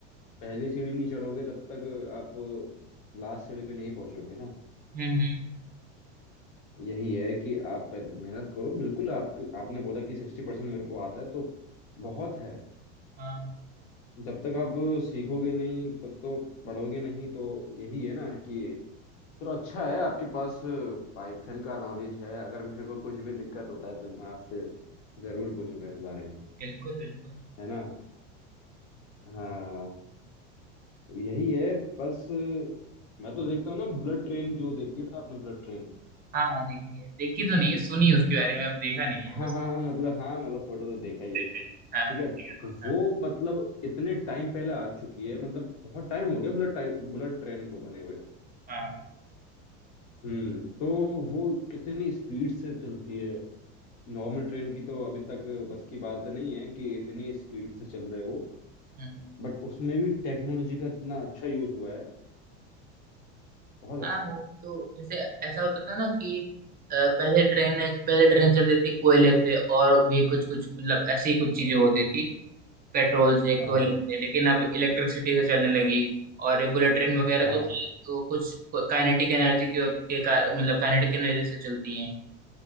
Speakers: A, on the left (about 80°); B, on the right (about 25°).
A: पहली सीढ़ी नहीं चढ़ोगे तब तक आप लास्ट सीढ़ी पे नहीं पहुंचोगे ना
B: हम्म हम्म
A: यही है कि आप पहले मेहनत करो बिल्कुल आपके आपने बोला कि सिक्सटी परसेंट मेरे को आता है तो बहुत है
B: हाँ
A: जब तक आप सीखोगे नहीं तब तो पढ़ोगे नहीं तो यही है ना कि थोड़ा अच्छा है आपके पास पाइथन का नॉलेज है अगर मेरे को कुछ भी दिक्कत होता है तो मैं आपसे जरूर पूछूंगा इस बारे में
B: बिल्कुल बिल्कुल
A: है ना हाँ यही है बस मैं तो देखता हूँ ना ब्लड ट्रेन जो देखी है तो आपने ब्लड ट्रेन
B: हाँ हाँ देखी है देखी तो नहीं है सुनी उसके बारे में अब देखा नहीं है
A: हाँ
B: उस
A: हाँ हाँ, मतलब हाँ मतलब फोटो तो देखा ही है
B: देखा ही है हाँ
A: ठीक है
B: ठीक
A: तो
B: है
A: वो
B: हाँ
A: मतलब इतने टाइम पहले आ चुकी है मतलब बहुत टाइम हो गया ब्लड टाइम ब्लड ट्रेन को बने हुए
B: हाँ हाँ,
A: हम्म तो वो कितनी स्पीड से चलती है नॉर्मल ट्रेन की तो अभी तक बस की बात नहीं है कि इतनी स्पीड से चल रहे हो
B: हम्म
A: बट उसमें भी टेक्नोलॉजी का इतना अच्छा यूज हुआ है बहुत अच्छा
B: हाँ वो तो जैसे ऐसा होता था ना कि अ, पहले ट्रेन पहले ट्रेन चलती थी कोयले से और भी कुछ कुछ मतलब ऐसी ही कुछ चीजें होती थी पेट्रोल से कोयले
A: हाँ
B: से लेकिन अब इलेक्ट्रिसिटी से चलने लगी और ये बुलेट ट्रेन वगैरह
A: हाँ
B: तो, तो कुछ काइनेटिक एनर्जी के, के का, मतलब काइनेटिक एनर्जी से चलती हैं